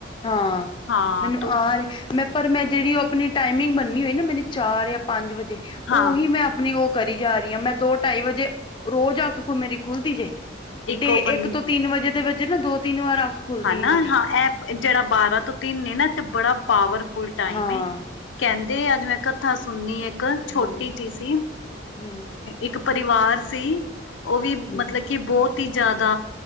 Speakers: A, on the left; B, on the left.
A: ਹਾਂ
B: ਹਾਂ
A: ਮੈਨੂੰ
B: ਤੂੰ
A: ਆ ਰਿਹਾ, ਮੈਂ ਪਰ ਮੈਂ ਜਿਹੜੀ ਉਹ ਆਪਣੀ ਟਾਈਮਿੰਗ ਬਣਨੀ ਹੋਈ ਨਾ, ਮੇਰੀ ਚਾਰ ਜਾਂ ਪੰਜ ਵਜੇ, ਉਹੀ
B: ਹਾਂ
A: ਮੈਂ ਆਪਣੀ ਉਹ ਕਰੀ ਜਾ ਰਹੀ, ਹਾਂ ਮੈਂ ਦੋ ਢਾਈ ਵਜੇ ਰੋਜ਼ ਆਖ ਕੋ ਮੇਰੀ ਖੁੱਲਦੀ ਜੇ, ਡੇ
B: ਉਹ ਬੰ
A: ਇੱਕ ਤੋਂ ਤਿੰਨ ਵਜੇ ਦੇ ਵਜੇ ਨਾ ਦੋ ਤਿੰਨ ਵਾਰ ਖੁੱਲਦੀ
B: ਹਨਾ
A: ਹੈ ਮੇਰੀ
B: ਹਾਂ, ਇਹ ਜਿਹੜਾ ਬਾਰਾਂ ਤੋਂ ਤਿੰਨ ਆ ਨਾ ਤੇ ਬੜਾ ਪਾਵਰਫੁਲ ਟਾਈਮ
A: ਹਾਂ
B: ਆ। ਕਹਿੰਦੇ, ਅੱਜ ਮੈਂ ਕਥਾ ਸੁਣਨੀ ਇੱਕ
A: ਹਮ
B: ਛੋਟੀ ਜੀ ਸੀ।
A: ਹਮ
B: ਇੱਕ ਪਰਿਵਾਰ ਸੀ, ਉਹ ਵੀ
A: ਹਮ
B: ਮਤਲਬ ਕਿ ਬਹੁਤ ਜ਼ਿਆਦਾ